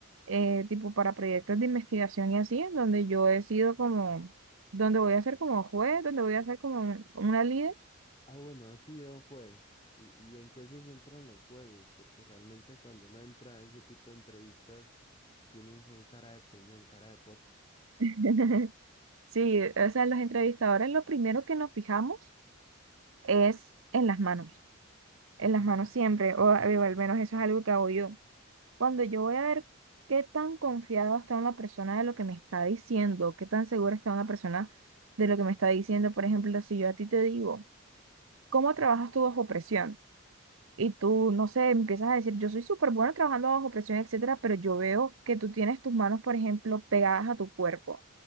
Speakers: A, on the right (about 65°); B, on the left (about 25°).
A: eh, tipo para proyectos de investigación y así, en donde yo he sido como, donde voy a ser como juez, donde voy a ser como un- una líder.
B: Ah, bueno, ha sido un juez. ¿Y, y en qué se centran los jueces? Porque realmente cuando uno entra a ese tipo de entrevistas, tienen son cara de peñón, cara de pote.
A: <laughs> Sí, o sea, los entrevistadores lo primero que nos fijamos es en las manos, en las manos siempre, o, eh, o al menos eso es algo que hago yo. Cuando yo voy a ver qué tan confiado está una persona de lo que me está diciendo, qué tan segura está una persona de lo que me está diciendo, por ejemplo, si yo a ti te digo, ¿cómo trabajas tú bajo presión? Y tú, no sé, empiezas a decir, yo soy súper bueno trabajando bajo presión, etcétera, pero yo veo que tú tienes tus manos, por ejemplo, pegadas a tu cuerpo